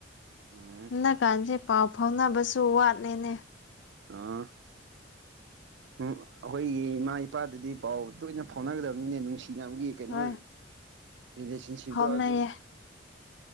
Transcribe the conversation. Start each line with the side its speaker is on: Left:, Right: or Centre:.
Right: ꯎꯝ
Left: ꯅꯅꯥ ꯀꯥꯟꯁꯦ ꯄꯥꯎ ꯐꯥꯎꯅꯕꯁꯨ ꯋꯥꯠꯂꯦꯅꯦ
Right: ꯑꯥ ꯎꯝ ꯑꯩꯈꯣꯏꯒꯤ ꯏꯃꯥ ꯏꯄꯥꯗꯨꯗꯤ ꯄꯥꯎ ꯇꯣꯏꯅ ꯐꯥꯎꯅꯒꯗꯕꯅꯤꯅꯦ ꯅꯨꯡꯁꯤ ꯐꯒꯤ ꯀꯩꯅꯣ
Left: ꯍꯣꯏ
Right: ꯔꯤꯂꯦꯁꯟꯁꯤꯞꯇꯣ
Left: ꯐꯥꯎꯅꯩꯌꯦ
Right: ꯑꯗꯨ